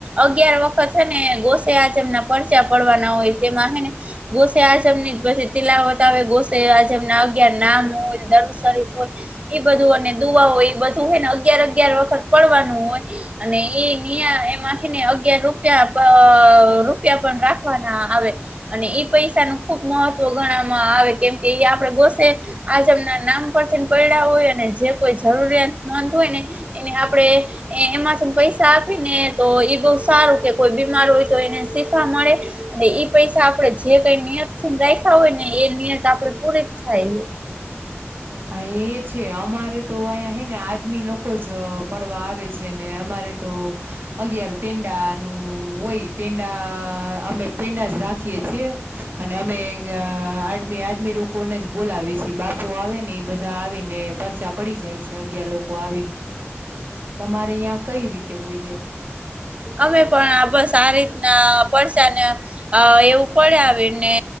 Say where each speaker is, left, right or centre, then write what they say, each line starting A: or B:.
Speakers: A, on the right; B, on the right.
A: અગિયાર વખત આચમ ના પરચા પડવાના હોય તેમાં હ ને ગોસે આચમ ની પછી તિલાવત આવે ગોસે આજમ અગાર નામ હોય દર શરીફ હોય એ બધું અને દુઆ હોય એ બધું હોય ને અગયાર વખત પડવાનું હોય અને એ એમાંથીને અગયાર રૂપિયા રૂપિયા પણ રાખવાના આવે અને ઈ પૈસા ન ખુબ મહત્વ ગણાવામાં આવે કેમ કે એ આપડે ગોસે આજમ ના નામ પરથીને પડડા હોય અને જે કોઈ જરૂરિયાતમંદ હોય ને એને આપે એમાંથી પૈસા આપી ને તો એ બહ સારું કે કોઈ બીમાર હોય એને શીખા મળે અને ઈ પૈસા આપડણે જે કઈ નિયત થી રાખ્યા હોય ને એ નિયત આપ પ એક થાય
B: હા એ છે અમારે તો અહીંયા હે ને આદમી લોકો જ પડવા આવે છે ને અમારે અગિયાર પેંડા નું હોય પેંડા અમે પેંડા જ રાખી અને અમે આદમી આદમી લોકોને જ બોલાવી છીએ બાપુ આવે ને ને એ બધા આવી ને પરર્ચા પડી જાય છે અગિયાર લોકો આવીને તમારે અ્યાં કઈ રીતે હોયએ
A: અમે પણ બસ આ રીતના પડસા ને એવું પડ્યા આવી ને